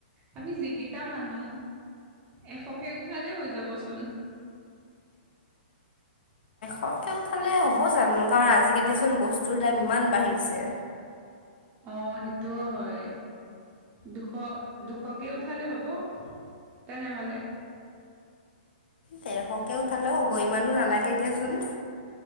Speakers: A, on the right (about 25°); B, on the left (about 70°).
A: আমি যিকেইটা মানুহ এশকে উঠালে হৈ যাবচোন। <unintelligible>
B: ফটকে উঠালে হ'ব জানো কাৰণ আজিকালিচোন বস্তুৰ দাম ইমান বাঢ়িছে।
A: অ সেইটোও হয়। দুশ দুশকে উঠালে হ'ব তেনেহলে
B: ডেৰশকে উঠালো হ'ব ইমানো নালাগে দিয়াচোন